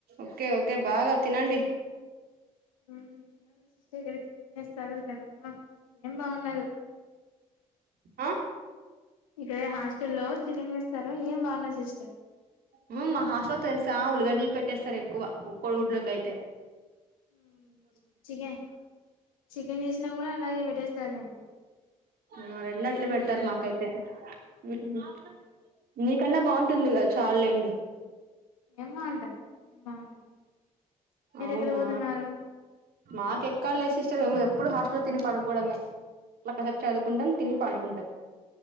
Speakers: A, on the right; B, on the left.
A: ఓకే ఓకే బాగా తినండి
B: మ్ చిన్న సిస్ చితంజస్త తారు దనమ్మా ఏం బాగుండదు <inaudible>
A: ఆ
B: ఇక్కడ హాస్టల్లో చికెన్ జేస్తారు ఏం బాగుండదు సిస్టర్
A: మ్ మాహాస్టల్లో తెలుసా ఉల్లిగడ్డ లు పెట్టేస్తారు ఎక్కువ కోడిగుడ్లో కైతే
B: <inaudible> మ్ చికెన్ చికెన్ చేసినా కూడా అలాగే పెట్టేస్తారులేండి
A: మరెళ్ళట్లు పెడుతారు
B: మ్మ్
A: మాకైతే మ్ నీకన్నా బాగుంటుంది గదా చాలేండి
B: ఏం బాగుంటాయి ఏం బాగుంటయి మీరు
A: అవునా
B: ఎక్కడ పోతున్నారు
A: మాకెక్కడ లేదు సిస్టర్ మేము ఎప్పుడు హాస్టల్ తిని పనుకోవడమే అట్ల కాసేపు చదువుకుంటాం తిని పడుకుంటాం